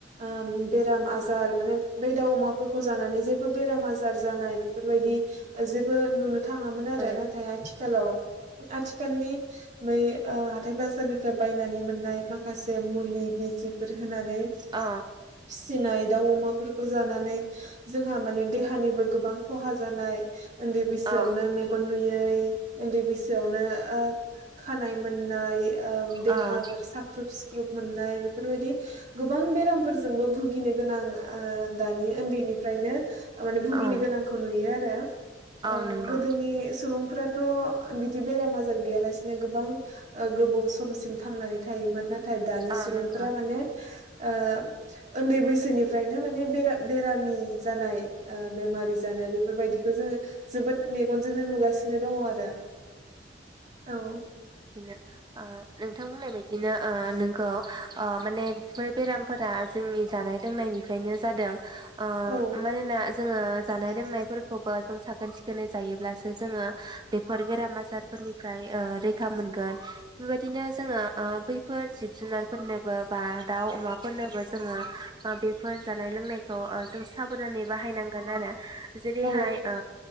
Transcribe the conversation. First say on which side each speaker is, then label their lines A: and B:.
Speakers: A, on the right; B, on the right.
A: ओ बेराम आजार माने बै दाउ अमाफोरखौ जानानै जेबो बेराम आजार जानाय बेफोरबायदि जेबो नुनो थाङामोन आरो
B: औ
A: नाथाय आथिखालाव आथिखालनि बै ओ हाथाय बाजारनिफ्राय बायनानै मोननाय माखासे मुलि बिजिफोर होनानै
B: औ
A: फिसिनाय दाउ अमाफोरखौ जानानै जोंहा माने देहानिबो गोबां खहा जानाय उन्दै बैसोआवनो
B: औ
A: मेगन नुयै उन्दै बैसोआवनो ओ खानाय मोननाय ओं देहाफोर
B: औ
A: साख्रोब सिख्रो ख्रुब मोननाय बेफोरबायदि गोबां बेरामफोर जोंबो भुगिनो गोनां ओ दानि उन्दैनिफ्रायनो ओ माने भुगिनो
B: औ
A: गोनांखौ नुयो आरो <unintelligible>
B: औ
A: ओ
B: नंगौ
A: गोदोनि सुबुं फ्राथ बिदि बेराम आजार गैयालासिनो गोबां ओ गोबाव समसिम थांनानै थायोमोन नाथ थाय दानि
B: औ
A: सुबुंफोरा
B: नंगौ
A: माने ओ उन्दै बैसोनिफ्रायनो माने बेरा बेरामि जानाय ओ‌ बेमारि जानाय बेफोरबायदिखौ जोंङो जोबोद मेगनजोंनो नुगासिनो दंङ आरो औ
B: बिनो ओ नोंथां बुंनाय बायदिनो ओ नोंगौ ओ माने बेफोर बेरामफोरा जोंनि जानाय लोंनायनि फ्रायनो जादों ओ
A: औ
B: मानोना जोङो जानाय लोंनायफोरखौबो जों साखोन सिखोनै जायोब्लासो जोङो बेफोर बेराम आजारफोरनिफ्राय ओ रै खा मोनगोन बेबायदिनो जोङो बैफोर जिब जुनारफोरनोबो बा दाउ अमाफोरनोबो जोङो बेफोर जानाय लोंनायखौ जों साबधानै बाहायनांगोन आरो जेरैहाय
A: औ
B: ओ